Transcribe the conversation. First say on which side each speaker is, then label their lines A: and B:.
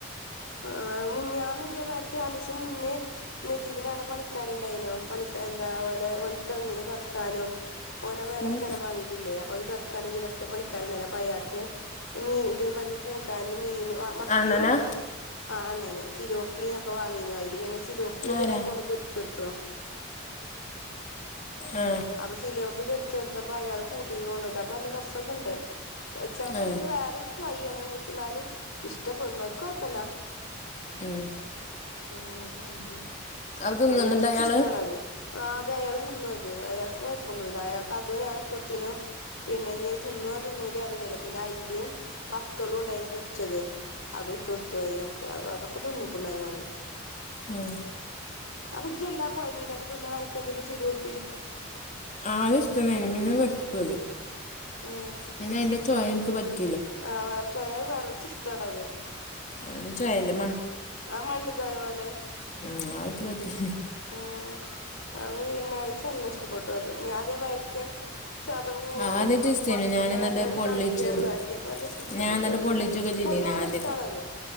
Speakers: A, on the left; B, on the left.
A: ആ മു ഞ്ഞാന്നു തിയെമാർക്ക് ണ്ടുസം മുന്നേ നജീബിന്റെ അവിടെ പണിക്കാരുണ്ടായിനു പണിക്ക എന്താ ഓലെ ഓൻക്ക് തെങ്ങിന് തൊറക്കാനും ഓനെ മേലേ
B: ഉം
A: സ്ഥലം വാങ്ങീട്ടില്ലേ അപ്പത് തൊ ക്കാനെങ്കിലൊക്കെ പണിക്കാരണ്ടായിന് അപ്പയാക്ക് മീന്റെ മാതിരി കൂട്ടാനും മീനും ആ മത്തിം
B: അണ്ണനാ
A: ആ ന്നേനെ സിലോപ്പിയക്കെ വാങ്ങിനു അയില് വീണിപ്പ സിലോപ്പിയോ
B: ആരാ
A: ദേവർക്കൊന്ന് പൊരിച്ചൊടുത്തോ
B: ആ
A: അപ്പൊ സിലോപ്പി പൊരിച്ചൊടുത്തപ്പോ അയാള് കൂട്ടികോണ്ടപ്പൊ നല്ല രസക്കെണ്ട്. ചച്ചാ
B: ആ
A: ഒരു വേറൊരു ചോയ് ആണ് പക്ഷെന്നാലും ഇഷ്ടപ്പെടുന്നവർക്കു കൊഴപ്പില്ല.
B: ഉം
A: അങ്ങനെ അങ്ങനെ
B: അത് തിന്നുന്നുണ്ടോ
A: അപ്പൊന്നെ എനിച്ചിഷ്ടണത്.
B: അയാള്
A: തയാള് തിന്നത് അയാൾക്കൊഴപ്പൊന്നുല്ല അയാൾക്ക് അതോ ഞാൻ ഇട്ട് കൊടുത്തിനോ പിന്നെ ന്നത് തിന്നോ തിന്നുലാറിയില്ലല്ലോ പിന്നെ അയിലയും നത്തളുണ്ടായിന് പൊരിച്ചത് അതു തൊയാക്ക് അ അതൊക്കെ തിന്നുക്കണ്ടയാള്.
B: ഉം
A: അപ്പജല്ലാം പോയി മീനൊക്കെ തിന്നണ <unintelligible> സിലുപ്പി
B: ആദ്യഷ്ട്ടോണ്ടായിന് പിന്നെ വേർതുത്
A: ഏ
B: പിന്നയിന്റെ ചെവനിക്ക് പറ്റ്
A: ആ വേറെച്ചോയാത് വെറച്ചിഷ്ട്ടാണോത്?
B: അതിന് ചെവയല്ലപ്പ്‌
A: ആ മണ്ണ് ചോയ പോലെ.
B: ആ ആയെനിക്ക് പറ്റില്ല.
A: ഉം അപ്പ പിന്നെഴച്ചല്ലഷ്ടപ്പെട്ടു അത് ഞാദ്യ പെർക്ക ചതവ് ഓക്കെ
B: ആദ്യം ചിസ്തിനു
A: ഒക്കെ പടട്ടങ്ങാണ്ടല്ലേ
B: ഞാൻ എന്നിട്ട്
A: ഇതാക്കിയാണ്ട്
B: പൊള്ളിച്ചും
A: ഇതാക്കിയപ്പ എന്തച്ചഷ്ടപ്പെട്ടു.
B: ഞാൻ എന്നിട്ട് പൊള്ളിച്ചൊക്കെ ചെയ്തിന്
A: പൊതുവെ അങ്ങനെഷ്ട്ടാണത്.
B: ആദ്യമൊക്കെ